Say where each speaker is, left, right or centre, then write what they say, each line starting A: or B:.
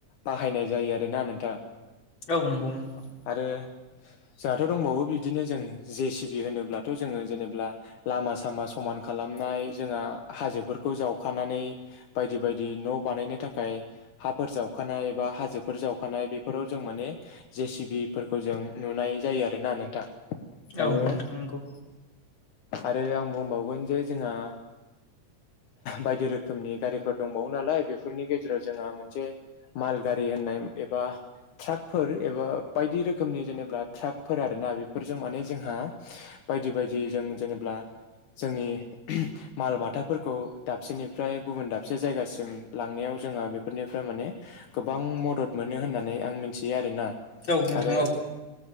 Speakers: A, on the left; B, on the left.
A: बाहायनाय जायो आरो ना नोंथां।
B: औ नंगौ नोंथां।
A: आरो जोंहाथ' दंबावो बिदिनो जों जे सिबि होनोब्लाथ' जोङो जेने- ब्ला लामा सामा समान खालामनाय जोंहा हाजोफोरखौ जावखानानै बायदि बाय दि न' बानायनो थाखाय हाफोर जावखानाय बा हाजोफोर जावखानाय बेफोराव जों माने जे सिबिफोरखौ जों नुनाय जायो आरो ना नोंथां। दायो
B: औ नोंथां नंगौ।
A: आरो आं बुंबावगोन जे जोंहा बायदि रोखोमनि गारिफोर दंबावो नालाय बेफोरनि गेजेराव जोंहा मोनसे माल गारि होननाय एबा ट्राकफोर एबा बायदि रोखोमनि जेनेबा ट्राकफोर आरो ना बेफोरजों माने जोंहा बायदि बायदि जों जेनेब्ला जोंनि माल माथाफोरखौ दाबसेनिफ्राय गुबुन दाबसे जायगासिम लांनायाव जोंहा बेफोरनिफ्राय माने गोबां मदद मोनो होननानै आं मिथियो आरो ना।
B: औ नोंथां
A: आरो
B: औ